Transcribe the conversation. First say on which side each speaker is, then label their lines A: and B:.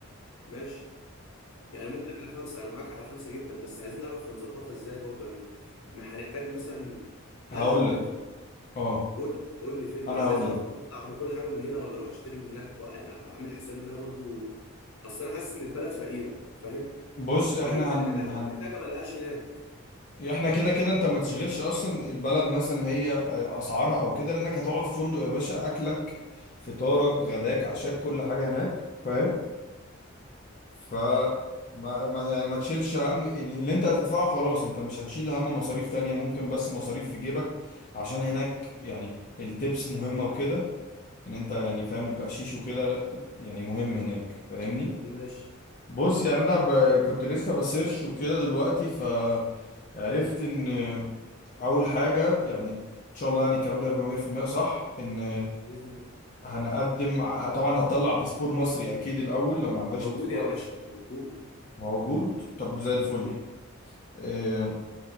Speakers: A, on the left; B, on the left.
A: ماشي يعني ممكن على خمسة أنا معاك على خمسة جدا بس عايزين نعرف هنظبطها إزاي برضو يعني ما هنحتاج مثلا هل
B: فهقول لك
A: نطلع
B: اه
A: قول لي قول لي فين
B: انا
A: أنا
B: هقول
A: عايز أعرف
B: لك
A: أنا أطلع بكل حاجة من هنا ولا أروح أشتري من هناك بقى يعني أبقى عامل حسابي إن أنا برضو أصل أنا حاسس إن البلد فقيرة فاهم
B: بص
A: فممكن
B: احنا هن
A: حاجات
B: هن
A: أبقى محتاجة ما ألاقيهاش هناك
B: احنا كده كده انت ما تشغلش اصلا البلد مثلا هي آه، اسعارها او كده لانك هتقعد في فندق يا باشا اكلك فطارك غداك عشاك كل حاجه هناك فاهم ف ما ما- يعني ما تشيلش هم يعني اللي انت هتدفعه خلاص انت مش هتشيل هم مصاريف تانية ممكن بس مصاريف في جيبك عشان هناك يعني التبس مهمة وكده ان انت يعني فاهم البقشيش وكده لا- يعني مهم هناك فاهمني
A: ماشي
B: بص يعني انا ب... كنت لسه بسيرش وكده دلوقتي فعرفت ان اول حاجه يعني ان شاء الله يعني الكلام ده يبقى 100% صح ان
A: بإذن الله
B: هنقدم ع- طبعا هتطلع باسبور مصري اكيد الاول لو ما عندكش
A: موجود
B: باسبور
A: يا باشا موجود
B: موجود طب زي الفل
A: مم.
B: آه،